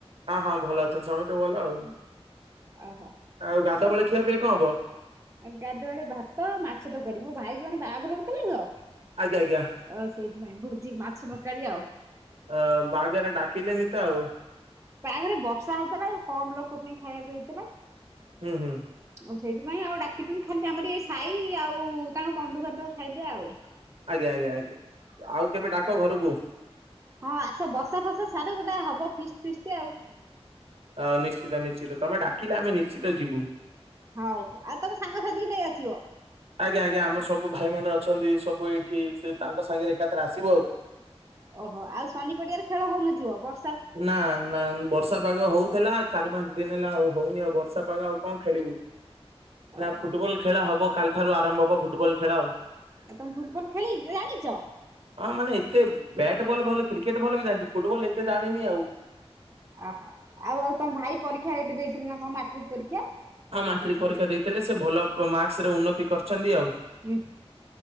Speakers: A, on the right; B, on the right.
A: ହଁ ହଁ ଭଲ ଅଛନ୍ତି ସମତେ ଭଲ ଆଉ।
B: <unintelligible>
A: ଆଉ ଗାଧ ବେଳେ ଖିଆ ପିଆ କଣ ହବ
B: <unintelligible> ଗାଧୁଆବୋଳେ ଭାତ ମାଛ ତରକାରୀ ମୋ ଭାଇ ଜଣେ ବାହାଘର ହୋଉଥୁଲା ତ
A: ଆଜ୍ଞା ଆଜ୍ଞା।
B: ଅ ସେଇଥି ପାଇଁ ଭୋଜି ମାଛ ତରକାରୀ ଆଉ।
A: ଅ ବାହାଘରେ ଡାକିଲେନି ତ ଆଉ।
B: ବାହାଘରେ ବର୍ଷା ହୋଉଥେଲା କମ୍ ଲୋକୋ ପାଇଁ ଖାଇଆକୁ ହେଇଥିଲା।
A: ହୁଁ ହୁଁ।
B: ଆଉ ସେଇଥିପାଇଁ ଆଉ ଡାକି ଲୁନୁ ଖାଲି ତ ଆମର ଏଇ ସାଇ ଆଉ ତାଙ୍କ ବନ୍ଧୁବାନ୍ଧବ ଖାଇଲେ ଆଉ।
A: ଆଜ୍ଞା ଆଜ୍ଞା ଆଜ୍ଞା ଆଉ କେବେ ଡାକ ଘରୁକୁ।
B: ହଁ ଆସ ବର୍ଷା ଫର୍ଷା ଛାଡୁ ଗୋଟାଏ ହବ ଫିଷ୍ଟ ଫିଷ୍ଟ ଆଉ।
A: ହଉ ନିଶ୍ଚିତ ନିଶ୍ଚିତ ତମେ ଡାକିଲେ ଆମେ ନିଶ୍ଚିତ ଯିବୁ।
B: ହଉ ଆଉ ତମେ ସାଙ୍ଗସାଥି କି ନେଇ ଆସିବ।
A: ଆଜ୍ଞା ଆଜ୍ଞା ଆମର ସବୁ ଭାଇ ମାନେ ଅଛନ୍ତି ସବୁ ଏଇଠି ସେ ତାଙ୍କ ସାଙ୍ଗେରେ ଏକାଥରେ ଆସିବୁ ଆଉ।
B: ଓହୋ ଆଉ ଶନି ପଡିଆରେ ଖେଳ ହୋଉନଥିବ ବର୍
A: ନାଁ। ନା ବର୍ଷା ପାଗ ହୋଉଥେଲା ଚାରି ପାଞ୍ଚ ଦିନ ହେଲା ଆଉ ହୋଉନି ଆଉ ବର୍ଷା ପାଗ ଆଉ କଁ ଖେଳିବୁ। ଏଇନା
B: ଓହୋ
A: ଫୁଟବଲ ଖେଳା ହବ କାଲି ଠାରୁ ଆରମ୍ଭ ହବ ଫୁଟବଲ ଖେଳା ଆଉ।
B: ଆଉ ତମେ ଫୁଟବଲ ଖେଳି ଜାଣିଚ।
A: ହଁ ମାନେ ଏତେ ବ୍ୟାଟ୍ ବଲ୍ ଭଲ କ୍ରିକେଟ୍ ଭଲ କି ଜାଣ <unintelligible> ଫୁଟବଲ ଏତେ ଜାଣିନି ଆଉ।
B: ଆଃ ଆଉ ଆଉ ତମ ଭାଇ ପରୀକ୍ଷା ଏବେ ଦେଇଥିଲେ ନା କଁ ମାଟ୍ରିକ ପରୀକ୍ଷା।
A: ହଁ ମାଟ୍ରିକ ପରୀକ୍ଷା ଦେଇଥିଲେ ସେ ଭଲ ପ ମାକ୍ସ ରେ ଉନ୍ନତି କରିଛନ୍ତି ଆଉ।
B: <unintelligible>